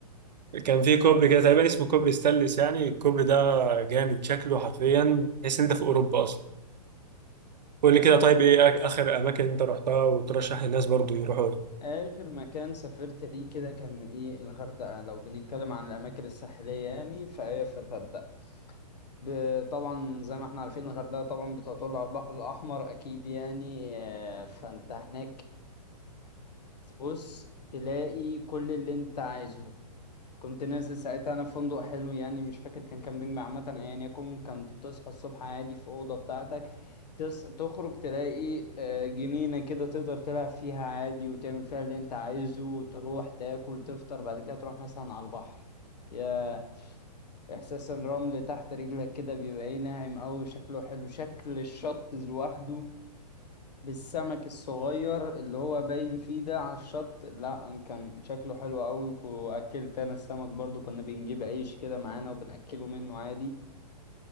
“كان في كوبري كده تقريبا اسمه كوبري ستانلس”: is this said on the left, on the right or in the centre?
Right